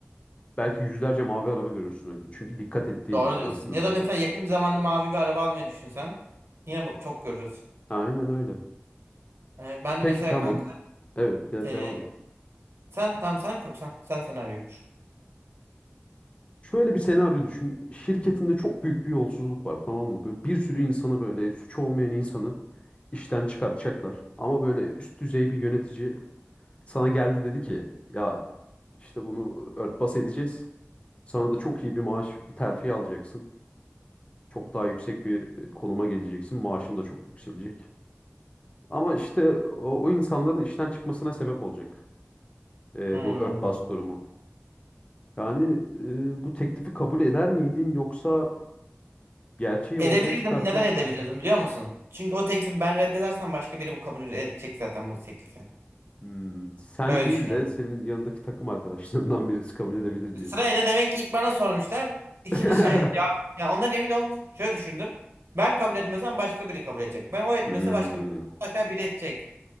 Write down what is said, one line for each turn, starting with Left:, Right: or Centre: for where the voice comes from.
Left: Belki yüzlerce mavi araba görürsün o gün. Çünkü dikkat ettiğin
Right: Doğru
Left: için
Right: diyorsun.
Left: aslında
Right: Ya da mesela
Left: çok.
Right: yakın bir zamanda mavi bir araba almayı düşünsen yine bu- çok görürsün.
Left: Aynen öyle.
Right: Evet, ben
Left: Peki
Right: de mesela
Left: tamam.
Right: kanka
Left: Evet de-
Right: e,
Left: devam et.
Right: Sen tamam sen kur sen. Sen senaryoyu kur.
Left: Şöyle bir senaryo düşün. Şirketinde çok büyük bir yolsuzluk var tamam mı? Böyle bir sürü insanı böyle suçu olmayan insanı işten çıkartacaklar. Ama böyle üst düzey bir yönetici sana geldi dedi ki ya işte bunu örtbas edeceğiz. Sana da çok iyi bir maaş, bir terfi alacaksın. Çok daha yüksek bir e, konuma geleceksin. Maaşın da çok yükselecek. Ama işte o, o insanların işten çıkmasına sebep olacak e,
Right: Hmm.
Left: bu örtbas durumu. Yani e, bu teklifi kabul eder miydin yoksa gerçeği
Right: Edebilirdim.
Left: ortaya çıkartıp
Right: Neden edebilirdim biliyor musun? Çünkü o teklifi ben reddedersem başka biri bu kabul edecek zaten bu teklifi.
Left: "Hmm, sen
Right: Böyle
Left: değil
Right: düşünüyorum.
Left: de senin yanındaki takım arkadaşlarından <laughs> birisi kabul edebilir diyorsun.
Right: Sırayla demek ki ilk bana sormuşlar. İkinci
Left: <laughs>
Right: şey cevap. Ya ondan emin olup şöyle düşündüm. Ben kabul etmezsem başka biri kabul edecek. Ben o etmese
Left: Hmm,
Right: başka biri. Mutlaka biri edecek.